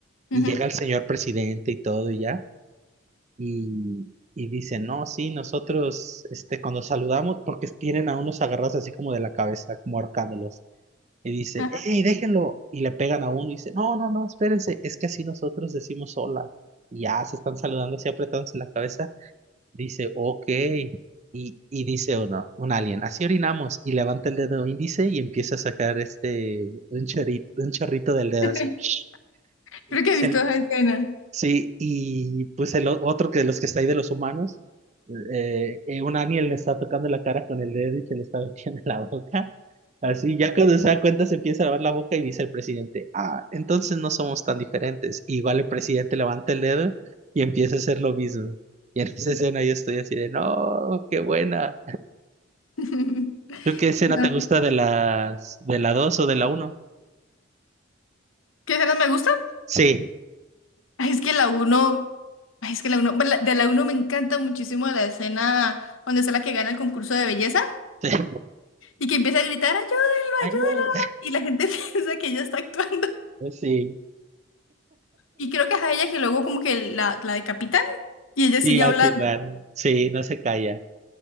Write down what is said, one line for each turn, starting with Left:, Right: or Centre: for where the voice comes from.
Left: Ujú.
Right: y llega el señor presidente y todo y ya y, y dice, no, sí, nosotros este, cuando saludamos, porque tienen a unos agarrados así como de la cabeza, como ahorcándolos y dice,
Left: Ajá.
Right: hey, déjenlo. Y le pegan a uno y dice, no, no, no, espérense, es que así nosotros decimos hola. Y ya se están saludando así apretándose la cabeza. Dice, ok. Y, y dice uno, un alien, así orinamos. Y levanta el dedo índice y empieza a sacar este, un chorrito, un chorrito del dedo
Left: <laughs>
Right: así. <sniffs>
Left: Creo que
Right: Se,
Left: he visto esa escena.
Right: Sí, y pues el o- otro que de los que está ahí de los humanos, eh, eh, un alien le está tocando la cara con el dedo y se lo está <laughs> metiendo en la boca. Así, ya cuando se da cuenta se empieza a lavar la boca y dice el presidente, ah, entonces no somos tan diferentes. Y Igual el presidente levanta el dedo y empieza a hacer lo mismo. Y en esa escena yo estoy así de, no, qué buena.
Left: <laughs>
Right: ¿Tú qué escena
Left: No.
Right: te gusta de las, de la dos o de la uno
Left: ¿Qué escenas me gustan?
Right: Sí.
Left: Ay, es que la uno, ay, es que la uno, bueno, la- de la uno me encanta muchísimo la escena donde es la que gana el concurso de belleza
Right: <laughs>
Left: y que empieza a gritar, ayúdenlo,
Right: Ay,
Left: ayúdenlo.
Right: eh,
Left: Y la gente <laughs> piensa que ella está actuando.
Right: Sí,
Left: Y creo que es a ella que luego como que la, la decapitan y ella sigue
Right: sí, al
Left: hablando.
Right: final, sí, no se calla.